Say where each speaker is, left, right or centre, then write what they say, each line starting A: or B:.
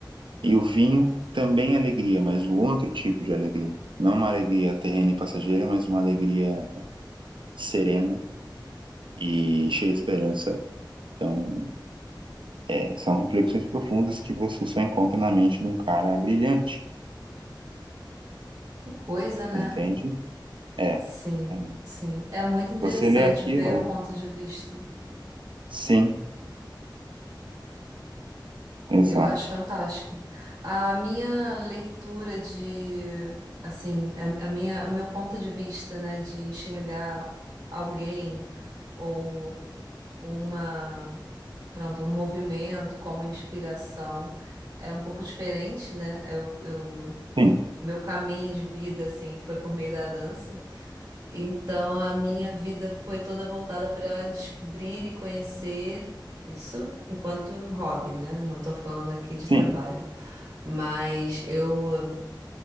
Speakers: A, on the right; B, on the right.
A: e o vinho também alegria, mas um outro tipo de alegria. Não uma alegria terrena e passageira, mas uma alegria serena e cheia de esperança. Então, É, são reflexões profundas que você só encontra na mente de um cara brilhante,
B: Que coisa, né?
A: entende? É,
B: Sim,
A: é.
B: sim. É muito interessante
A: Você lê aquilo,
B: ver o ponto de vista.
A: sim, exato.
B: Eu acho fantástico. A minha leitura de, assim, a, a minha, o meu ponto de vista, né, de enxergar alguém ou uma, pronto, um movimento como inspiração é um pouco diferente, né? Eu, eu,
A: Sim,
B: o meu caminho de vida, assim, foi por meio da dança. Então a minha vida foi toda voltada para descobrir e conhecer isso enquanto hobby, né? Não tô falando aqui de
A: sim,
B: trabalho, mas eu eh,